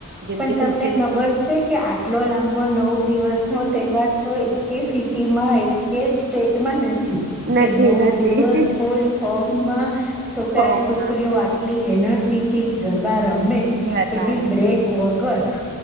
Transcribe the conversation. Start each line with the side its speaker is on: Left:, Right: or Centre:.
Right: જેમ
Centre: પણ
Right: કે
Centre: તમને
Right: ક્રિશ્ચયન
Centre: ખબર
Right: લોકો
Centre: છે? કે આટલો લાંબો નવ દિવસનો તહેવાર તો એક સિટીમાં એક કે સ્ટેટમાં નથી.
Right: નથી
Centre: કે નવ
Right: નથી
Centre: દિવસ ફૂલ ફોર્મમાં છોકરા
Right: ફોર્મમાં
Centre: છોકરીઓ આ ટલી એનર્જીથી જ ગરબા રમે
Right: ઘર
Centre: એ
Right: બહાર
Centre: બી
Right: રમે.
Centre: બ્રેક વગર